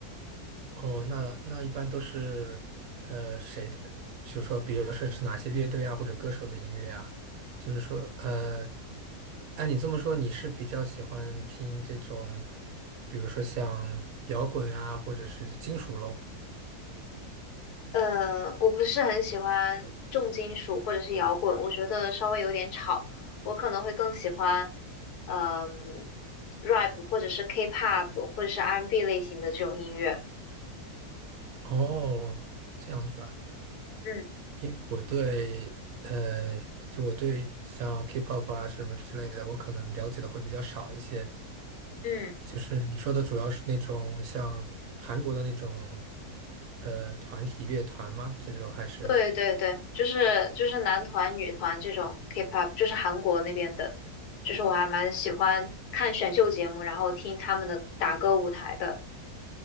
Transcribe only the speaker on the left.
呃，我不是很喜欢重金属或者是摇滚，我觉得稍微有点吵，我可能会更喜欢，呃嗯、rap 或者是 K-pop 或者是 R&B 类型的这种音乐。
嗯
嗯，
对对对，就是就是男团、女团这种 K-pop，就是韩国那边的，就是我还蛮喜欢看选秀节目，然后听他们的打歌舞台的。